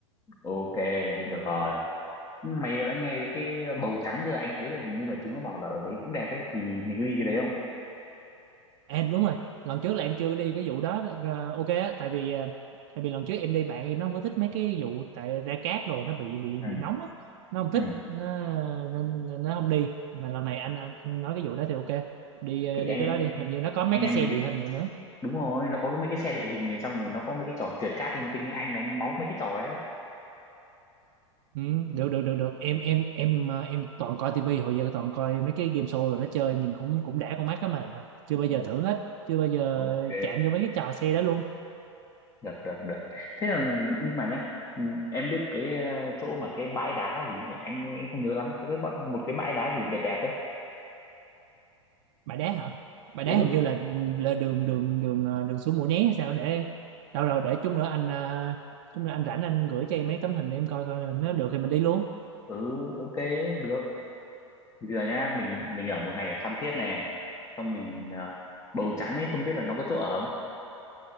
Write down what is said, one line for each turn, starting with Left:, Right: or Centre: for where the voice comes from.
Left: ok được rồi mày đã nghe cái bầu trắng chưa anh thấy là hình như là chúng nó bảo là ở đấy cũng đẹp ấy thì mình có đi cái đấy không
Right: À, đúng rồi lần trước là em chưa đi cái vụ đó ờ, ok á tại vì ờ, tại vì lần trước em đi bạn em nó không có thích mấy cái vụ tại ra cát đồ nó bị bị
Left: ừ.
Right: bị nóng á nó không
Left: ừ.
Right: thích nó nên nên nó không đi mà lần này anh, anh anh nói cái vụ đó thì ok đi ờ,
Left: thì
Right: đi
Left: anh
Right: cái đó đi hình như nó có mấy
Left: anh
Right: cái
Left: em
Right: xe
Left: mình
Right: địa hình rồi nữa
Left: đúng rồi nó có cái mấy cái xe địa hình này xong rồi nó có mấy cái trò trượt cáp linh tinh ấy anh đánh máu mấy cái trò ấy đấy
Right: ừ, được được được được em em em ờ, em toàn coi tivi hồi giờ toàn coi mấy cái game show rồi nó chơi nhìn cũng cũng đã con mắt á mà chưa bao
Left: Ồ,
Right: giờ thử hết chưa bao giờ
Left: ok
Right: chạm vô mấy cái trò xe đó luôn
Left: được được được thế là nhưng mà nhá ừ, em biết cái ờ, chỗ mà cái bãi đá gì nhỉ anh anh không nhớ lắm có cái bãi- một cái bãi đá gì đẹp đẹp ấy
Right: Bãi Đá hả Bãi
Left: ừ
Right: Đá hình như là là đường đường đường ờ, đường xuống Mũi Né hay sao để đâu đâu để chút nữa anh ờ, chút nữa anh rảnh anh gửi cho em mấy tấm hình để em coi coi là nó được thì mình đi luôn
Left: ừ ok được Thì bây giờ nhá mình mình ở một ngày ở Phan Thiết này xong mình ờ, bầu trắng ấy không biết là nó có chỗ ở không